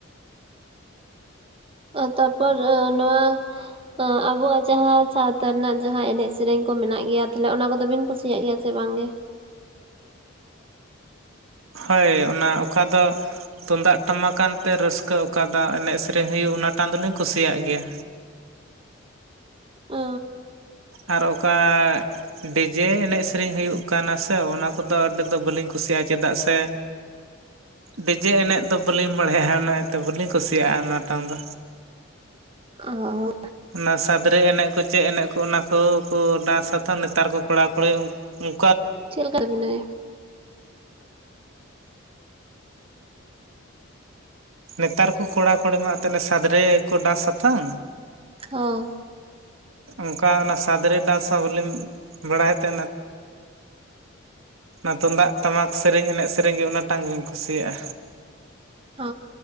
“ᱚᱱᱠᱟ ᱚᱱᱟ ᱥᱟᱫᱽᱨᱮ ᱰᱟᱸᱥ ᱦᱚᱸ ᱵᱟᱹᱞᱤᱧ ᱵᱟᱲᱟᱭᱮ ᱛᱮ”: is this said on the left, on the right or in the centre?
Right